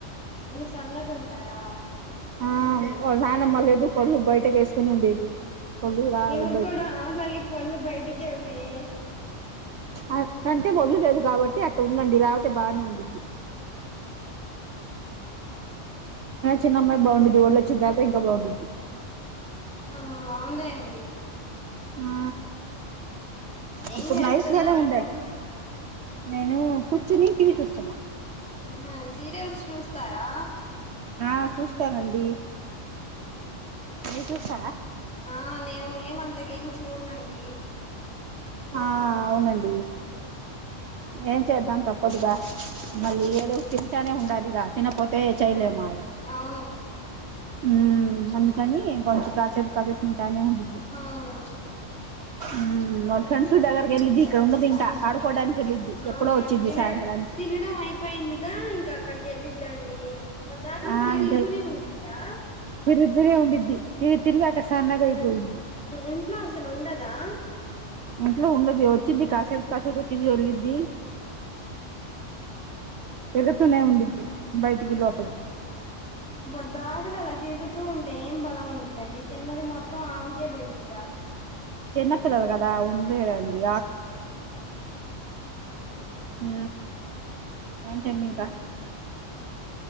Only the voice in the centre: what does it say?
సొన్నగా ఉంటారా
ఈమెకి
కూడా అమలాగి పళ్లు బయటికే ఉన్నాయి
అవుంది అడి
ఏం చేస్తున్నారు
హా సీరియల్స్ చూస్తారా
ఆ నేను ఏమ అంతగేం చూడనండి
హా
హా
హా
హా
ఆ
త
తినడం అయిపోయిందిగా ఇంకా అక్కడికి వెళ్ళిద్దండి పోదకలు
తిరుగుతూనే
ఉంద్దా
ఇంట్లో అసలు ఉండదా
ద్దగ తరుగుతూ ఉంట ఏం బలం ఉండిందండి తిన్నది మొత్తం ఆవకే పోయిద్దిగా